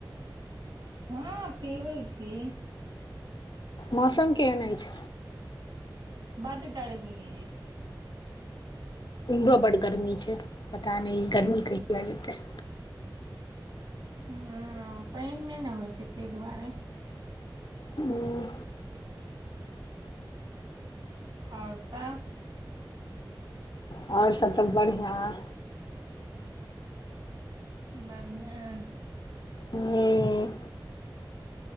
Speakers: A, on the right; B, on the left.
A: हँ पीबै छी
B: मौसम केहन अछि
A: बड गड़मी अछि
B: उमरो बड गरमी छै पता नय इ गर्मी कहिआ जेतै
A: हं पइन नइ ने होइ छै तइ दुआरे
B: हूँ
A: आओर सब
B: आओर सब त बढ़िआं
A: बढ़िआँ
B: ह